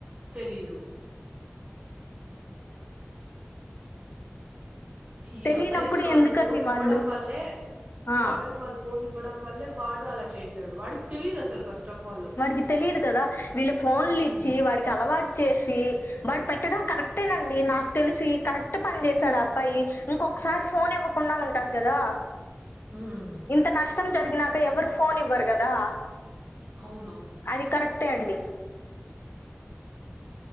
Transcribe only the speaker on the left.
తెలియనప్పుడు
ఎందుకండి
వాళ్ళు
ఆ
వాడికి తెలిదు కదా వీళ్ళు ఫోన్లు ఇచ్చి
వాడికి అలవాటు చేసి వాడు పెట్టడం కరెక్టేనండి నాకు తెలిసి కరెక్ట్ పని చేసాడు ఆ అబ్బాయి ఇంకొకసారి ఫోన్ ఇవ్వకుండా ఉంటారు కదా
ఇంత నష్టం జరిగినాక ఎవరు ఫోన్ ఇవ్వరు కదా
అది కరెక్టే అండి